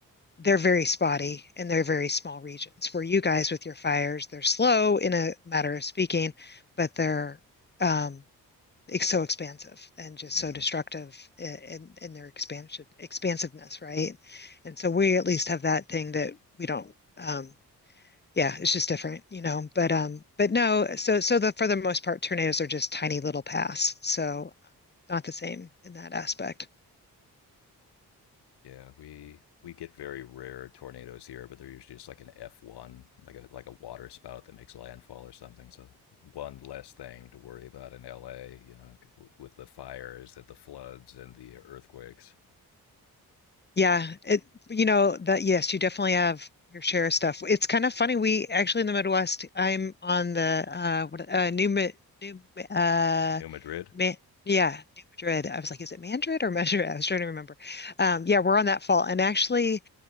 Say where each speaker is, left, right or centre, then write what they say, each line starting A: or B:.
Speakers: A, on the left; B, on the left.
A: they're very spotty and they're very small regions where you guys with your fires, they're slow in a matter of speaking, but they're um, it's so expansive and just
B: hmm
A: so destructive in, in, their expansion expansiveness, right? And so we at least have that thing that we don't um, yeah, it's just different, you know. But um, but no, so so the for the most part, tornadoes are just tiny little paths. So not the same in that aspect.
B: Yeah, we we get very rare tornadoes here, but they're usually just like an F1, like a like a water spout that makes landfall or something. So one less thing to worry about in LA, you know, with the fires and the floods and the earthquakes.
A: Yeah, it you know that yes, you definitely have your share of stuff. It's kind of funny. We actually in the Midwest, I'm on the uh what uh New Ma- New Ma- uh
B: New Madrid?
A: Ma yeah, New Madrid. I was like, is it Madrid or Madrid? <laughs> I was trying to remember. Um yeah, we're on that fault. And actually